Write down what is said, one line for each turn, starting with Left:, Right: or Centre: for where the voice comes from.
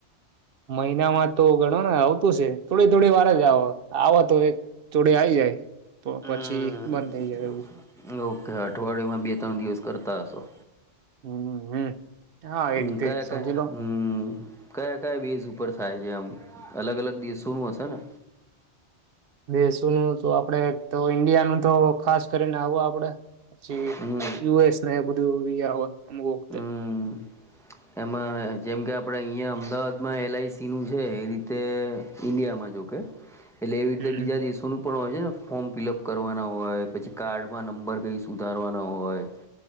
Right: મહિનામાં તો ગણો ને આવતું હશે. થોડી થોડી વાર જ આવે. આવે તો એક થોડી આવી જાય
Centre: હમ
Right: પછી બંધ થઈ જાય એવું.
Centre: ઓકે.. અઠવાડિયામાં બે ત્રણ દિવસ કરતા હશો?
Right: હમ.. હમ. હા
Centre: હ..
Right: એ રીતે
Centre: કયા
Right: જ સમજી
Centre: કયા?
Right: લો
Centre: હમ.. કયા કયા વીઝ ઉપર થાય છે આમ? અલગ અલગ દેશોનું હશે ને?
Right: દેશોનું તો આપડે તો ઈન્ડિયા નું તો ખાસ કરીને આવું આપણે.. પછી..
Centre: હમ
Right: યુ. એસ.... ને બધુ બી આવે અમુક વખતે.
Centre: હમ એમાં.. જેમ કે આપણે... અહીંયા અમદાવાદમાં એલ. આઈ. સી. નું છે. એ રીતે ઈન્ડિયામાં જો કે.. એટલે એવી રીતે
Right: હમ
Centre: બીજા દિવસોનું પણ હોય છે ને? ફોર્મ ફિલઅપ કરવાના હોય પછી કાર્ડમાં નંબર કઈ સુધારવાના હોય.